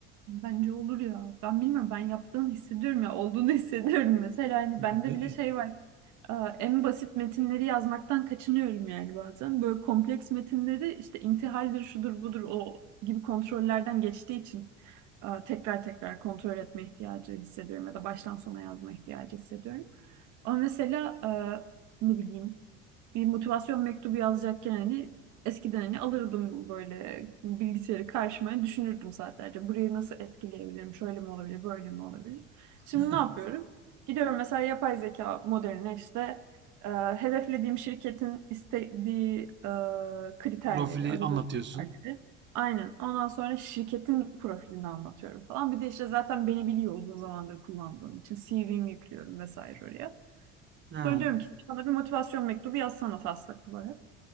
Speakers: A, on the right (about 60°); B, on the right (about 35°).
A: Bence olur ya. Ben bilmiyorum ben yaptığını hissediyorum ya olduğunu <laughs> hissediyorum. Mesela hani
B: Değil
A: bende bile
B: mi?
A: şey var. Aa, En basit metinleri yazmaktan kaçınıyorum yani bazen. Böyle kompleks metinleri işte intihaldir, şudur, budur o gibi kontrollerden geçtiği için aa, tekrar tekrar kontrol etme ihtiyacı hissediyorum ya da baştan sona yazma ihtiyacı hissediyorum. Ama mesela aa, ne bileyim bir motivasyon mektubu yazacakken hani eskiden hani alırdım böyle bilgisayarı karşıma hani düşünürdüm saatlerce. Burayı nasıl etkileyebilirim? Şöyle mi olabilir, böyle mi olabilir?
B: <laughs>
A: Şimdi ne yapıyorum? Gidiyorum mesela yapay zeka modeline işte e, hedeflediğim şirketin istediği e, kriterleri,
B: Profili
A: aradığı
B: anlatıyorsun.
A: kriterleri. Aynen. Ondan sonra şirketin profilini anlatıyorum falan. Bir de işte zaten beni biliyor uzun zamandır kullandığım için. CV'mi yüklüyorum vesaire oraya.
B: Hıı.
A: Sonra diyorum ki bana bir motivasyon mektubu yazsana taslak olarak.